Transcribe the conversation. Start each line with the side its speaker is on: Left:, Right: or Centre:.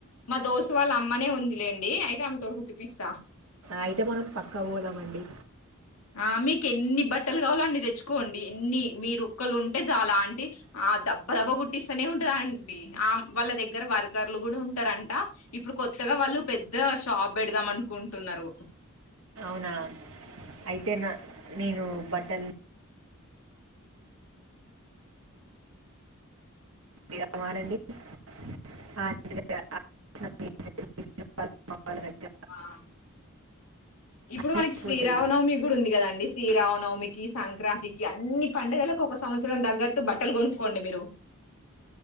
Left: మా దోస్త్ వాళ్ళ అమ్మనే ఉందిలేండి అయితే ఆమె తోటీ కుట్టిపిస్త
Right: అయితే మనం పక్కా పోదాం అండి
Left: ఆ మీకు ఎన్ని బట్టలు కావలో అన్ని తెచ్చుకోండి ఎన్ని మీరు ఓక్కలు ఉంటే చాలా అంటి దబ్బ దబ్బ గుట్టిస్తనే ఉంటదండి ఆ వాళ్ళ దగ్గర వర్కర్లు కూడా ఉంటారంట ఇప్పుడు కొ కొత్తగా వాళ్ళు పెద్ద షాప్ పెడదాం అనుకుంటున్నారు
Right: అవునా అయితే నా నేను బట్టలు <inaudible> <unintelligible> ఆలోచన
Left: <inaudible>
Right: మీ <inaudible>
Left: ఆఁ ఇప్పుడు
Right: అన్నీ
Left: మనకి
Right: అయిపోతాయి
Left: శ్రీరామనవమి కూడా ఉంది కదండి శ్రీరామనవమికి ఈ సంక్రాంతికి అన్ని పండుగలకు ఒక సంవత్సరం తగ్గట్టు బట్టలు కొనుక్కోండి మీరు.